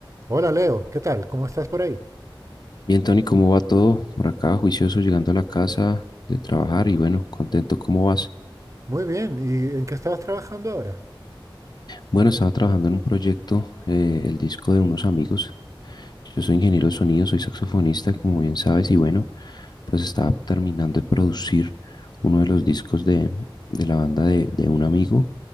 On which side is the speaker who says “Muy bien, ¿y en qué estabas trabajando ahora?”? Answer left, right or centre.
Right